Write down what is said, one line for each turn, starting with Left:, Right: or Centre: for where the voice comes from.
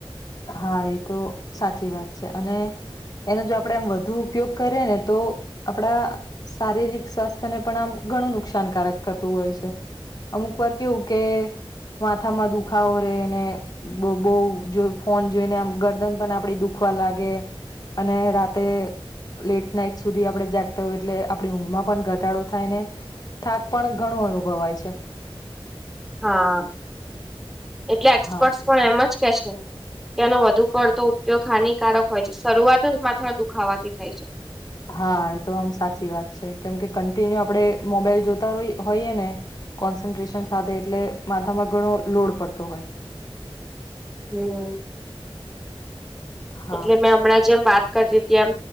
Left: હા એ તો સાચી વાત છે અને એનો જો આપણે આમ વધુ ઉપયોગ કરીએ ને તો આપડા શારીરિક સ્વાસ્થ્યને પણ આમ ઘણું નુકસાનકારક થતું હોય છે અમુક વાર કેવું કે માથામાં દુખાવો રેને બહ જો ફોન જોઈને આમ ગરદન પણ આપડી દુખવા લાગે અને રાતે લેટ નાઈટ સુધી આપણે જાગતા હોય એટલે આપણી ઊંઘમાં પણ ઘટાડો થાય ને થાક પણ ઘણું અનુભવાય છે
Centre: હા એટલે એક્સપર્ટસ
Left: હા
Centre: પણ એમ જ કે છે તેનો વધુ પડતો ઉપયોગ હાનિકારક હોય છે શરૂઆત જ માથા દુખાવાથી થાય છે
Left: હા એ તો આમ સાચી વાત છે કેમકે કન્ટિન્યુ આપણે મોબાઈલ જોતા હોઈએ ને કોન્સન્ટ્રેશન સાથે એટલે માથામાં ઘણો લોડ પડતો હોય
Centre: હમ
Left: હા,
Centre: એટલે મેં હમણાં જેમ વાત કરતી હતી એમ